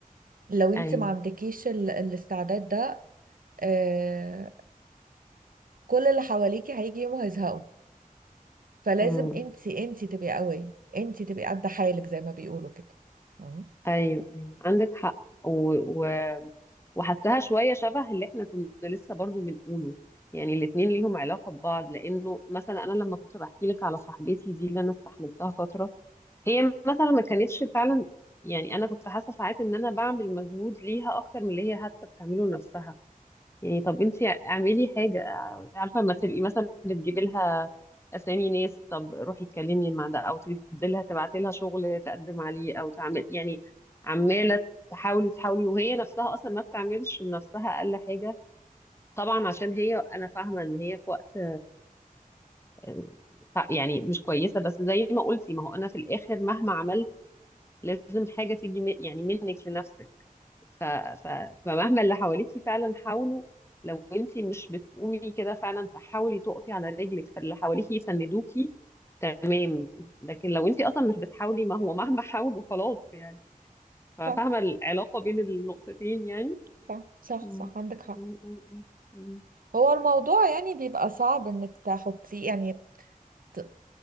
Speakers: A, on the right; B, on the left.
A: لو انت
B: ايوه
A: ما عندكيش ال- الاستعداد ده آه، كل اللي حواليكي هيجي يوم وهيزهقوا فلازم
B: مم.
A: انت انت تبقي قوية انت تبقي قد حالك زي ما بيقولوا كده أهو.
B: ايوه ايوه عندك حق و... و... وحسها شويه شبه اللي احنا كنا لسه برضو بنقوله يعني الاتنين ليهم علاقه ببعض لانه مثلا انا لما كنت بحكي لك على صاحبتي دي اللي انا استحملتها فتره هي مثلا ما كانتش فعلا يعني انا كنت حاسه ساعات ان انا بعمل مجهود ليها اكتر من اللي هي حتى بتعمله لنفسها يعني طب انت اعملي حاجة عارفة لما تبقي مثلا بتجيبي لها اسامي ناس طب روحي اتكلمي مع ده او تدي لها تبعتي لها شغل تقدم عليه او تعمل يعني عمالة تحاولي تحاولي وهي نفسها اصلا ما بتعملش لنفسها اقل حاجة طبعا عشان هي انا فاهمة ان هي في وقت آه، يعني مش كويسة بس زي ما قلتي ما هو انا في الاخر مهما عملت لازم حاجة تيجي من- يعني منك لنفسك ف... ف... فمهما اللي حواليكي فعلا حاولوا لو انتي مش بتقومي كده فعلا تحاولي تقفي على رجلك فاللي حواليكي يسندوكي تمام لكن لو انتي اصلا مش بتحاولي ما هو مهما حاولوا خلاص يعني فاهمة
A: صح
B: العلاقة بين النقطتين يعني
A: صح صح
B: مم.
A: صح عندك حق
B: مم. مم. مم.
A: هو الموضوع يعني بيبقى صعب انك تحطيه يعني ت-